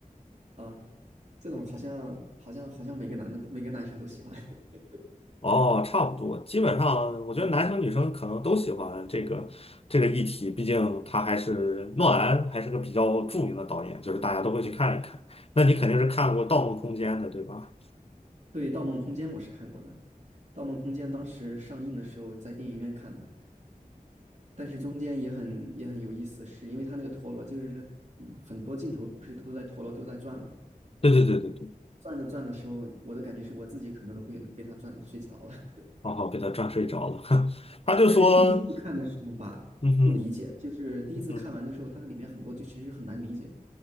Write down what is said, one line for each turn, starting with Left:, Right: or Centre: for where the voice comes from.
Right: 啊，这种好像好像好像每个男的都每个男生都喜欢。<laughs>
Left: 哦，差不多，基本上我觉得男生女生可能都喜欢这个这个议题，
Right: 对
Left: 毕竟他还是诺兰，还是个比较著名的导演，就是大家都会去看一看。那你肯定是看过《盗梦空间》的，对吧？
Right: 对，《盗梦空间》我是看过的，《盗梦空间》当时上映的时候在电影院看的。但是中间也很也很有意思，是因为他那个陀螺就是嗯很多镜头不是都在陀螺都在转嘛，
Left: 对对对对对，
Right: 转着转的时候，我的感觉是我自己可能都会被他转的睡着了。<laughs>
Left: 刚好被他转睡着了。<laughs> 他就说，
Right: 但是第一次看的时候吧，
Left: 嗯哼，
Right: 不理解，就是第一次看完的时候，
Left: 嗯哼，
Right: 它里面很多就其实很难理解，